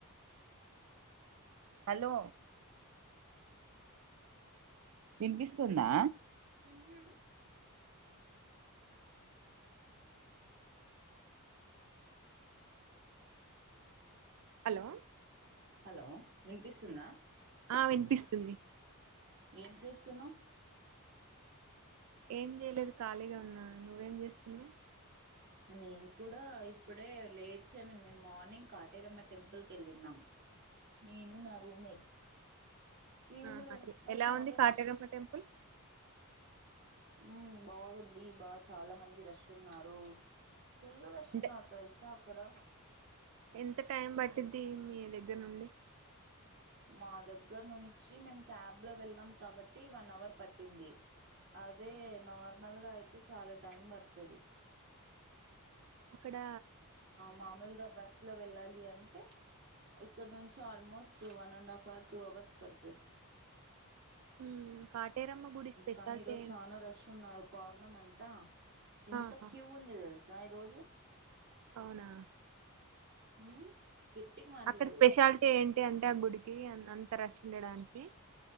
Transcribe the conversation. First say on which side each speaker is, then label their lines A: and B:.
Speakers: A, on the right; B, on the right.
A: హలో వినిపిస్తుందా
B: ఉహు
A: హలో
B: హలో వినిపిస్తుందా
A: ఆ వినిపిస్తుంది
B: ఏం చేస్తున్నావ్
A: ఏం చేయలేదు ఖాళీగా ఉన్నా నువ్వేం చేస్తున్నావ్
B: నేను కూడా ఇప్పుడే లేచాను మేము మార్నింగ్ కాటరమ్మ టెంపుల్కి వెళ్ళినాం నేను నా రూమ్మేట్స్ ఏందిలే
A: ఆ అదే
B: ఆడ
A: ఎలా
B: చాలా
A: ఉంది కాటేరమ్మ
B: రష్
A: టెంపుల్
B: ఉ బాగుంది బా చాలా మంది రష్ ఉన్నారు ఫుల్ రేష్
A: అంటే
B: ఉన్నారు తెల్సా చక్కడ
A: ఎంత టైం పట్టిది మీ దగ్గర నుండి
B: మా దగ్గర నుంచి మేము క్యాబ్ లో వెళ్ళం కాబట్టి వన్ అవర్ పట్టింది అదే నార్మల్గా అయితే చాలా టైం పడ్తది
A: అక్కడ
B: మామూలుగా బస్లో వెళ్ళాలి అంటే ఇక్కడ నుంచి almost one and half hour two hours పడుతది
A: ఉమ్, కాటేరమ్మ గుడి స్పెషాలిటీ
B: కానీ ఈరోజు
A: ఏంటి?
B: చాలా రష్ ఉన్నారు పార్ అన్న మంటా ఎంత
A: ఆహా
B: క్యవ్ ఉంది తేల్స్ సాాయి రోజు
A: అవునా
B: మ్మ్ గట్టిగా మాట్లాడు
A: అక్కడ స్పెషాలిటీ ఏంటి అంటే ఆ గుడి కీఅంత రష్ ఉండడానికి